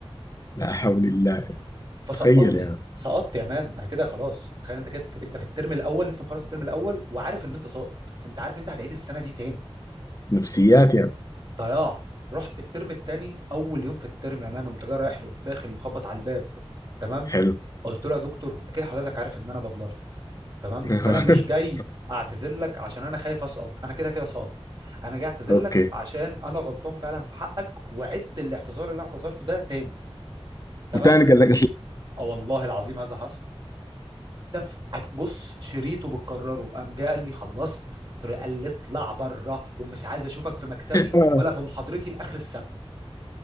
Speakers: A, on the left (about 35°); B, on the right (about 45°).
A: لا حول الله يعني.
B: فسقطني
A: تخيل يعني
B: سقطت يا مان انا كده خلاص تخيل انت كده انت في الترم الاول لسه مخلص الترم الاول وعارف ان انت ساقط انت عارف انت هتعيد السنه دي تاني
A: نفسيات يعني
B: ضياع رحت الترم الثاني اول يوم في الترم يا مان قمت جاي رايح له داخل مخبط على الباب تمام
A: حلو
B: قلت له يا دكتور اكيد حضرتك عارف ان انا دبلرت تمام
A: <laughs>
B: فانا مش جاي اعتذر لك عشان انا خايف اسقط انا كده كده سقطت انا جاي اعتذر
A: اوكي
B: لك عشان انا غلطان فعلا في حقك وعدت الاعتذار اللي اعتذرته ده تاني تمام
A: وتاني قال لك
B: اه والله العظيم هذا حصل تف بص شريطه بتكرره قام جاي قال لي خلصت قلت له قال لي اطلع بره ومش عايز اشوفك في مكتبي
A: آه،
B: ولا في محاضرتي لاخر السنه